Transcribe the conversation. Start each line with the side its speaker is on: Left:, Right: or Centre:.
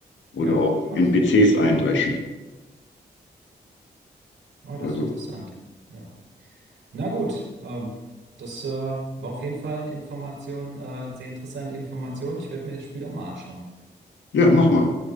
Left: Oder
Right: Ja.
Left: auf
Right: Oh,
Left: NPCs
Right: das,
Left: eindreschen.
Right: oh, das
Left: Also,
Right: ist interessant. Ja. Na gut, ähm, das äh, war auf jeden Fall eine Information, äh, sehr interessante Information. Ich werde mir das Spiel auch mal anschauen.
Left: ja, mach mal.